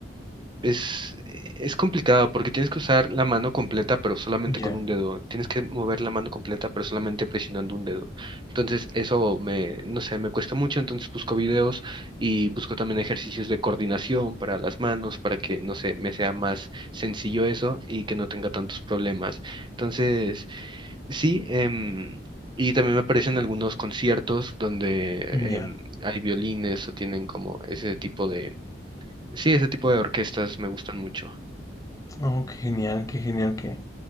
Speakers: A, on the right; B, on the left.
A: es, es complicado porque tienes que usar la mano completa pero solamente
B: ya,
A: con un dedo. Tienes que mover la mano completa pero solamente presionando un dedo. Entonces eso me, no sé, me cuesta mucho. Entonces busco videos y busco también ejercicios de coordinación para las manos, para que, no sé, me sea más sencillo eso y que no tenga tantos problemas. Entonces, sí, em, y también me aparecen algunos conciertos donde
B: ya.
A: em, hay violines o tienen como ese tipo de Sí, ese tipo de orquestas me gustan mucho,
B: Oh, qué genial, qué genial que,